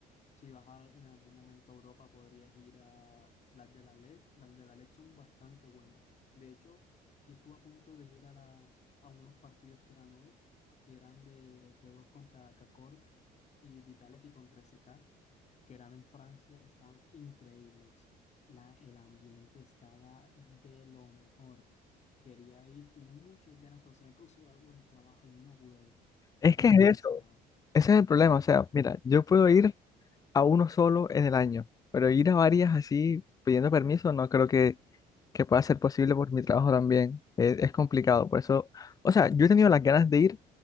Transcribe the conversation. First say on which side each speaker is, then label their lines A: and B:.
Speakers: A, on the left; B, on the left.
A: si vas a- en algún momento a Europa, podrías ir a las de la LEC. Las de la LEC son bastante buenas. De hecho, yo estuve a punto de ir a, la, a unos partidos que eran hoy, que eran de G2 contra K-Corp y Vitality contra SK que eran en Francia estaban increíbles. La, el ambiente estaba de lo mejor. Quería ir, tenía muchas ganas, pero se me cruzó algo en el trabajo y no pude ir.
B: Es
A: Me dejó
B: que es
A: demasiado.
B: eso. Ese es el problema. O sea, mira, yo puedo ir a uno solo en el año, pero ir a varias así pidiendo permiso no creo que, que pueda ser posible por mi trabajo también. Es, es complicado. Por eso, o sea, yo he tenido las ganas de ir